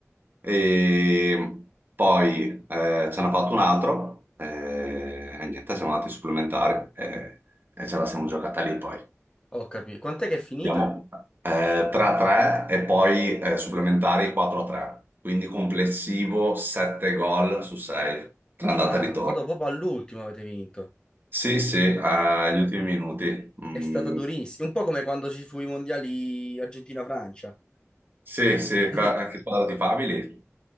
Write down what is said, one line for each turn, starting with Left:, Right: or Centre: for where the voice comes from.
Right: e poi eh, ce n'ha fatto un altro eh, e niente, siamo andati ai supplementari eh, e ce la siamo giocata lì poi.
Left: Ho capito. Quant'è che è finita?
Right: Abbiamo eh, 3-3 e poi eh, supplementari 4-3, quindi complessivo 7 gol su 6, tra andata
Left: Ah,
Right: e ritorno.
Left: ma dopo proprio all'ultimo avete vinto.
Right: Sì, sì, agli ultimi minuti. Mm,
Left: È stata durissima, un po' come quando ci fu i mondiali Argentina-Francia.
Right: sì, sì,
Left: <laughs>
Right: qua- che squadra ti favi lì?